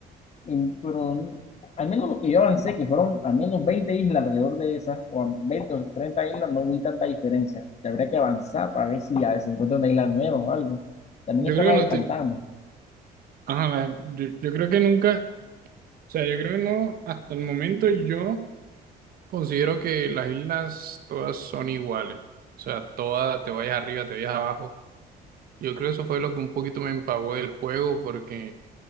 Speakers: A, on the left; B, on the right.
A: Y- Pero al menos lo que yo avancé, que fueron al menos 20 islas alrededor de esas, o a 20 o 30 islas, no vi tanta diferencia. Que Habría que avanzar para ver si ya se encuentra una isla nueva o algo. También
B: Yo
A: está
B: creo
A: la
B: que
A: de
B: no
A: pantanos
B: te... Ajá, la- yo, yo creo que nunca... O sea, yo creo que no, hasta el momento yo considero que las islas todas son iguales. O sea, todas, te vayas arriba, te vayas abajo Yo creo que eso fue lo que un poquito me empavó del juego, porque